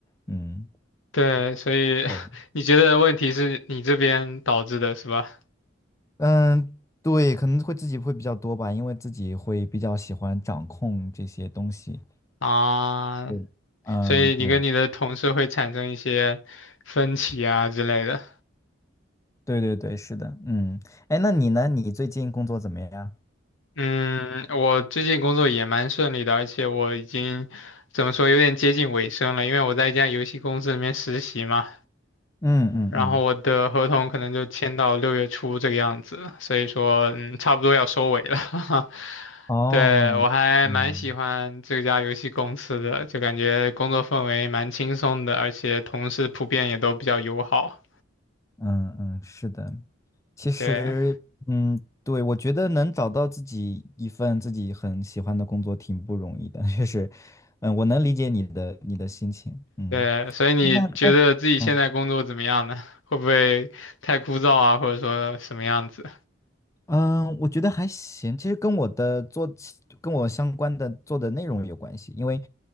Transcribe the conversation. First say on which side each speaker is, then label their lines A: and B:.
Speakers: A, on the left; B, on the left.
A: 嗯。
B: 对，所以
A: 对的
B: <laughs> 你觉得问题是你这边导致的是吧？
A: 嗯，对，可能会自己会比较多吧，因为自己会比较喜欢掌控这些东西。
B: 啊，
A: 对，嗯，
B: 所以你跟你的同事会产生一些分歧啊之类的。
A: 对。对对对，是的，嗯，哎，那你呢？你最近工作怎么样？
B: 嗯，我最近工作也蛮顺利的，而且我已经怎么说，有点接近尾声了，因为我在一家游戏公司里面实习嘛。
A: 嗯嗯嗯，
B: 然后我的合同可能就签到六月初这个样子，所以说嗯，差不多要收尾了。<laughs>
A: 哦，
B: 对，我还蛮喜欢这家游戏公司的，
A: 嗯
B: 就感觉工作氛围蛮轻松的，而且同事普遍也都比较友好。
A: 嗯嗯，是的，其实，
B: 对
A: 嗯，对，我觉得能找到自己一份自己很喜欢的工作挺不容易的，确实，嗯，我能理解你的你的心情，嗯，
B: 对，所以你觉得自己现在工作怎么样呢？
A: 那那。嗯。
B: 会不会太枯燥啊，或者说什么样子
A: 嗯，我觉得还行。其实跟我的做起跟我相关的做的内容有关系，因为